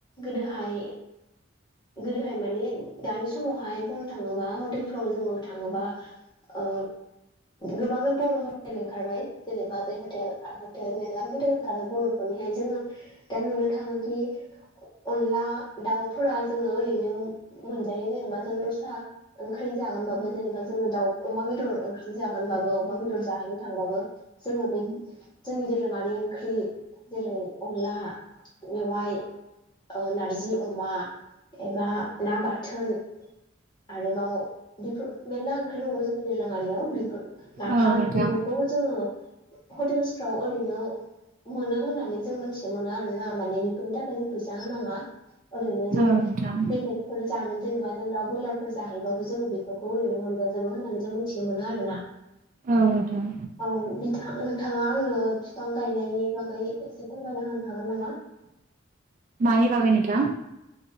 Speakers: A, on the left; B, on the right.
A: गोदोहाय गोदोहाय माने दानि समावहाय बुंनो थाङोबा हटेलफ्राव जोङो थाङोबा। ओ गोबांनो बर' हटेल ओंखारबाय जेरै बाजै हटेल, आइ हटेल मेर्ला हटेल ओंखारबाय बर' मोनहैनाय जोङो दा नुनो थाङोखि अनला दाउ फोरा जोङो ओरैनो मोनजायो जेनेबा जों दस्रा ओंख्रि जागोनबाबो जेनेबा जोङो दाउ अमा बेदर ओंख्रि जागोनबाबो अमा बेदर जाहैनो थांबाबो जोङो बेनो जोंनि दोरोङारि ओंख्रि जेरै अनला मेवाइ ओ नारजि अमा एबा ना बाथोन आरोबाव बेफोर मेरला ओंख्रि दङो जोंनि दोरोंयारियाव बेफोर नाफाम
B: औ नोंथां
A: बेफोरखौ जोङो हटेलसफ्राव ओरैनो मोनो होननानै जों मोनथिनो मोनो आरोना माने बेफोरनि थाखाय जों फैसा होनाङा। ओरैनो जों
B: औ नोंथां
A: बेलेग जानो जेनेबा जों दा बयलारफोर जाहैबाबो जोङो बेफोरखौ ओरैनो मोनजाजोबो होननानै जों मिथिनो मोनो आरो ना।
B: औ नोंथां।
A: औ नोंथा नोंथाङा आंनो फिफां गायनायनि बागै एसे फोरमायना होनो हागोन नामा?
B: मानि बागै नोंथां